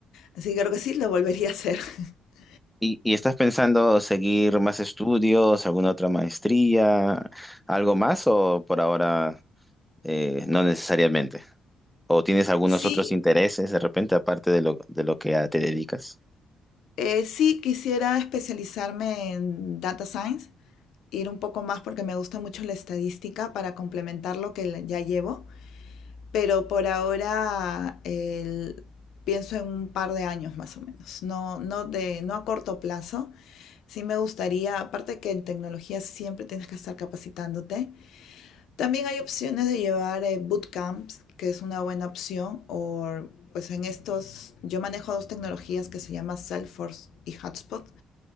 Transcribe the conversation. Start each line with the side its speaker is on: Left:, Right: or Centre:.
Left: Así que creo que sí, lo volvería a hacer. <laughs>
Centre: ¿Y, y estás pensando seguir más estudios, alguna otra maestría, algo más o por ahora eh, no necesariamente? ¿O tienes algunos
Left: Sí,
Centre: otros intereses de repente aparte de lo, de lo que ya te dedicas?
Left: eh, sí quisiera especializarme en data science, ir un poco más porque me gusta mucho la estadística para complementar lo que ya llevo, pero por ahora el, pienso en un par de años más o menos, no, no, de, no a corto plazo, Sí me gustaría, aparte que en tecnología siempre tienes que estar capacitándote, también hay opciones de llevar eh, bootcamps, que es una buena opción, o pues en estos, yo manejo dos tecnologías que se llaman Salesforce y Hotspot.